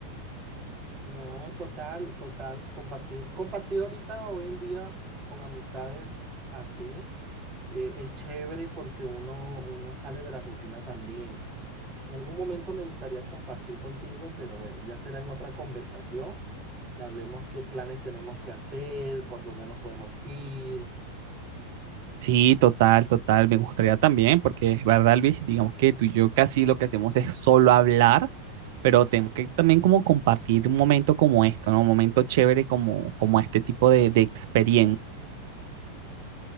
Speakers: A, on the right; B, on the right.
A: No, total, total, compartir, compartir ahorita, hoy en día, con amistades así, eh, es chévere porque uno, uno sale de la rutina también. En algún momento me gustaría compartir contigo, pero bueno, ya será en otra conversación, que hablemos qué planes tenemos que hacer, por dónde nos podemos ir
B: Sí, total, total. Me gustaría también, porque es verdad, Luis, digamos que tú y yo casi lo que hacemos es solo hablar, pero tenemos que también como compartir un momento como esto, ¿no? Un momento chévere como, como este tipo de, de experiencia.